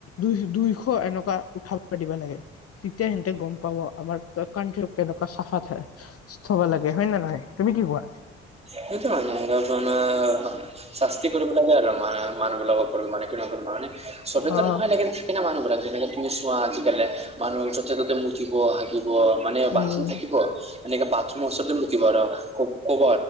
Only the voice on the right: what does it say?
সেইটো মানে আৰু জানা শাস্তি কৰিব লাগে আৰু মানে- মানুহবিলাক ওপৰত মানে কোনো মানে চবেতো
নহয় লেকিন থাকেনা মানুহবিলাকে যেনেক- কিন্তু চোৱা আজিকালি মানুহ য'তে ত'তে মুঠিব হাগিব মানে
বাথৰুম থাকিব- এনেকে বাথৰুমৰ ওচৰতে মুতিব আৰু ক'ব